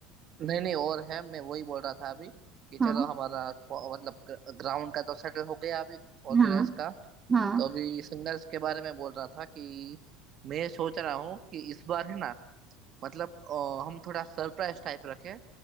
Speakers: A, on the right (about 35°); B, on the right (about 15°).
A: नहीं नहीं और है मैं वही बोल रहा था अभी कि
B: हाँ
A: चलो हमारा प- मतलब ग्राउंड का तो सेटल हो गया अभी ऑर्गेनाइज
B: हाँ
A: का
B: हाँ
A: तो अभी सिंगर्स के बारे में बोल रहा था कि मैं सोच रहा हूँ कि इस बार है ना मतलब अ, हम थोड़ा सरप्राइज टाइप रखें